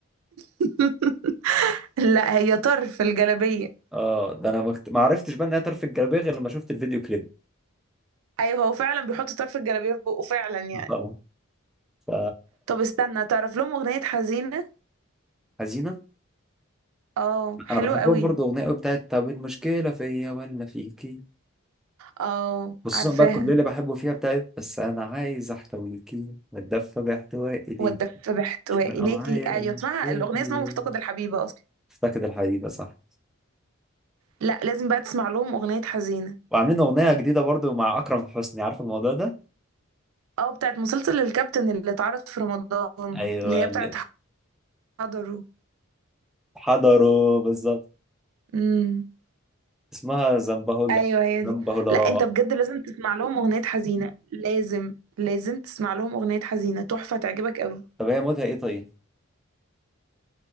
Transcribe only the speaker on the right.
<laughs> لا هي طرف الجلابية
ايوه هو فعلا بيحط طرف الجلابية في بقه فعلا يعني
طب استنى تعرف لهم اغنية حزينة
اه حلوة
قوي
اه
عارفاها
والدف باحتواء
اليكي
ايوه اسمها الاغنية
اسمها مفتقد الحبيبة اصلا
لا لازم بقى تسمع لهم اغنية حزينة
اه بتاعت مسلسل الكابتن اللي اتعرض في رمضان
اللي هي
بتاعت حضره
امم
ايوه هي
دي لا
انت بجد لازم تسمع لهم اغنية حزينة لازم لازم تسمع لهم اغنية حزينة تحفة تعجبك قوي